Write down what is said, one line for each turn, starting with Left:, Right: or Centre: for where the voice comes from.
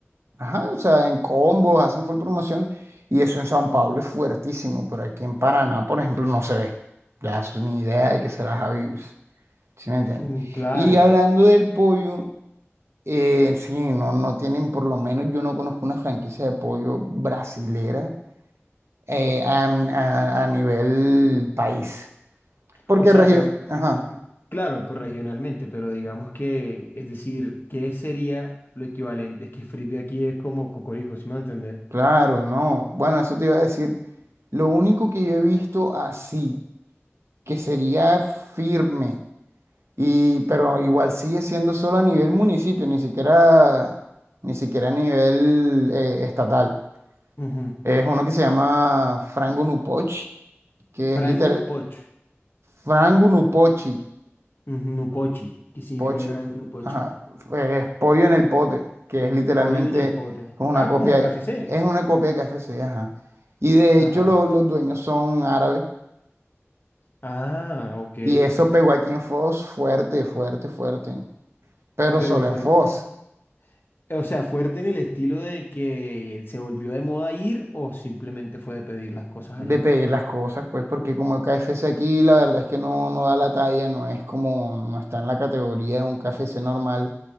Right: ajá, o sea, en combos, hacen full promoción, y eso en San Pablo es fuertísimo, pero aquí en Paraná, por ejemplo, no se ve. Ya, eso ni idea de que será Javi, ¿sí me entiendes?
Left: Mm, claro.
Right: Y hablando del pollo, Eh, sí, no, no tienen, por lo menos yo no conozco una franquicia de pollo brasilera eh, a, a- a nivel país. Porque,
Left: O sea,
Right: regi-
Left: pero,
Right: ajá,
Left: claro, pues regionalmente, pero digamos que, es decir, ¿qué sería lo equivalente? Es que frisbee aquí es como cocorico, ¿sí me va a entender?
Right: claro, no. Bueno, eso te iba a decir. Lo único que yo he visto así, que sería firme, y, pero igual sigue siendo solo a nivel municipio, ni siquiera, ni siquiera a nivel eh, estatal.
Left: Ujú.
Right: Es uno que se llama Frango Nupochi, que
Left: Frango
Right: es literal,
Left: nupoch.
Right: Frango Nupochi
Left: Ujú, Nupochi. ¿Qué significa
Right: Poch,
Left: gran nupochi?
Right: Ajá. eh, pollo en el pote, que es literalmente
Left: Pollo en el pote.
Right: una
Left: Ah,
Right: copia,
Left: como K F C.
Right: es una copia de KFC, ajá. Y de
Left: Ajá.
Right: hecho lo- los dueños son árabes.
Left: Ah, ok.
Right: Y eso pegó aquí en Foz fuerte, fuerte, fuerte. Pero
Left: Pero
Right: solo
Left: fuerte.
Right: en Foz,
Left: O sea, fuerte en el estilo de que se volvió de moda ir o simplemente fue de pedir las cosas
Right: de
Left: allá.
Right: pedir las cosas, pues, porque como el KFC aquí, la verdad es que no, no da la talla, no es como, no está en la categoría de un KFC normal.